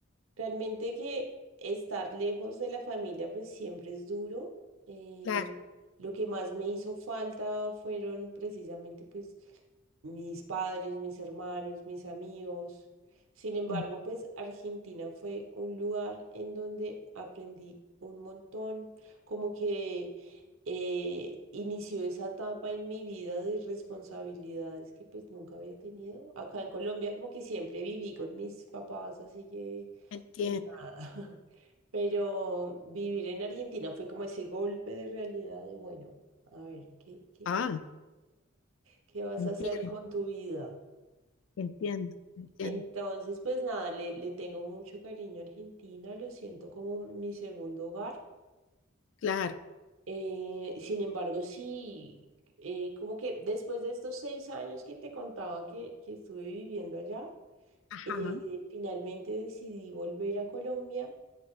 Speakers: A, on the right; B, on the left.
A: Realmente que estar lejos de la familia pues siempre es duro. Eh,
B: Claro.
A: lo que más me hizo falta fueron precisamente pues mis padres, mis hermanos, mis amigos. Sin embargo,
B: Mm,
A: pues Argentina fue un lugar en donde aprendí un montón, como que eh, inició esa etapa en mi vida de responsabilidades que pues nunca había tenido. Acá en Colombia como que siempre viví con mis papás, así que
B: Entiendo.
A: pues nada, <laughs> pero vivir en Argentina fue como ese golpe de realidad de, bueno, a ver, ¿qué, qué,
B: Ah,
A: qué vas
B: entiendo,
A: a hacer con tu vida?
B: entiendo, entiendo.
A: Entonces, pues nada, le, le tengo mucho cariño a Argentina, lo siento como mi segundo hogar.
B: Claro.
A: Eh, sin embargo, sí, eh, como que después de estos seis años que te contaba que, que estuve viviendo allá,
B: Ajá.
A: eh, finalmente decidí volver a Colombia